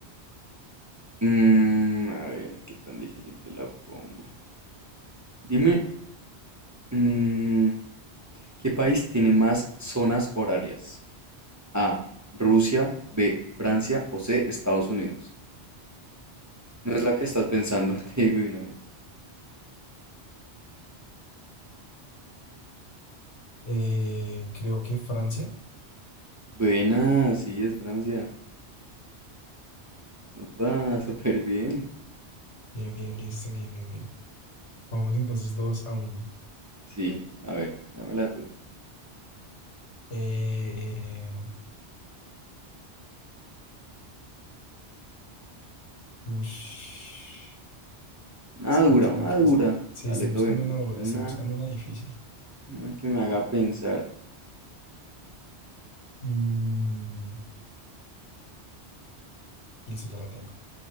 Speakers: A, on the right (about 20°); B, on the left (about 85°).
A: Mm, a ver, qué tan difícil te la pongo. Dime, mm, ¿qué país tiene más zonas horarias? A, Rusia, B, Francia o C, Estados Unidos. No es la que estás pensando, <laughs> te digo de una vez.
B: Eh, creo que Francia.
A: Buena, sí, es Francia. Opa, súper bien.
B: Bien, bien, listo, bien, bien, bien. Vamos entonces dos a uno.
A: Sí, a ver, dámela tú.
B: Eh, ush.
A: Una
B: Espera,
A: dura,
B: espera,
A: una
B: que
A: dura.
B: es- Sí,
A: Dale
B: estoy
A: todo
B: buscando
A: bien, pero
B: una dura,
A: quiero una,
B: estoy buscando una difícil.
A: una que me haga pensar.
B: Mm, listo, ya la tengo.